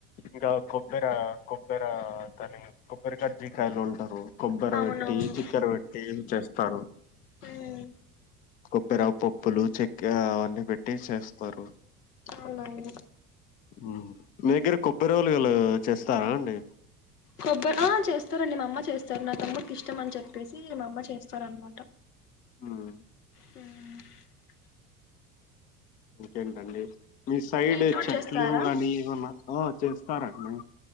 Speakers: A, on the left (about 20°); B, on the left (about 80°).
A: ఇంగ కొబ్బెరా కొబ్బెరా దాన్ని కొబ్ <unintelligible> కాయలుంటారు కొబ్బర
B: అవునవును
A: బెట్టీ చేక్కెర బెట్టీ చేస్తారు
B: మ్మ్
A: కొప్పెరా పప్పులు చెక్కెరా అవన్నీ పెట్టీ చేస్తారు
B: అవునవును
A: మ్మ్ మీ దగ్గర కొబ్బరోలుగలా చేస్తారా అండి
B: కొబ్బ ఆ చేస్తారండి మామ్మ చేస్తారు నా తమ్ముడికిష్టమన్ చెప్పేసీ మా అమ్మ చేస్తారన్మాట
A: మ్మ్
B: <inaudible>
A: ఇంకేంటండి మీ సైడ్
B: ఇంట్లో కూడా
A: చెట్లు
B: చేస్తారా
A: గానీ ఏమన్నా ఆ చేస్తారండి